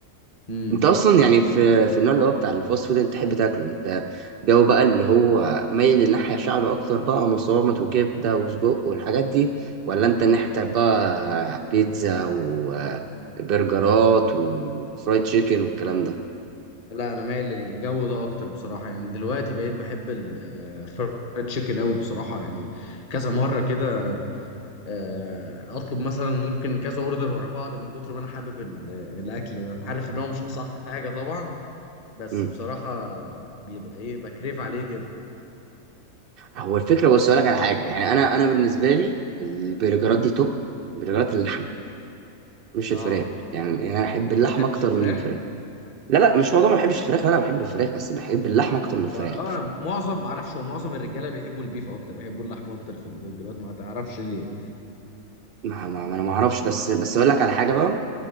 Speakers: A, on the left; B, on the right.
A: امم
B: انت اصلا يعني في في النوع اللي هو بتاع الفاست فود انت تحب تاكله انت جو بقى اللي هو مايل للناحيه شعبي اكتر بقى مصامت وكبده وسجق والحاجات دي ولا انت الناحيه بتاعت بقى بيتزا وبرجرات وفرايد تشيكن والكلام ده
A: لا انا مايل للجو ده اكتر بصراحه يعني دلوقتي بقيت بحب الفرايد تشيكن قوي بصراحه يعني كذا مره كده آه، اطلب مثلا ممكن كذا اوردر ورا بعض من كتر ما انا حابب ال- آه، الاكل ده عارف ان هو مش اصح حاجه طبعا بس
B: مم.
A: بصراحه بيبقى ايه بكريف عليه كده
B: هو الفكره بص اقول لك على حاجه يعني انا انا بالنسبه لي البرجرات دي توب برجرات اللحمه مش
A: اه
B: الفراخ يعني
A: بي-
B: يعني انا احب اللحمه
A: ما بتحبش
B: اكتر
A: الفراخ
B: من الفراخ لا لا مش موضوع ما بحبش الفراخ لا انا بحب الفراخ بس بحب اللحمه اكتر من
A: واه
B: الفراخ
A: معظم ما اعرفش هو معظم الرجاله بيحبوا البيف اكتر بيحبوا اللحمه اكتر في البرجرات ما تعرفش ليه
B: ما ما ما انا ما اعرفش بس بس اقول لك على حاجه بقى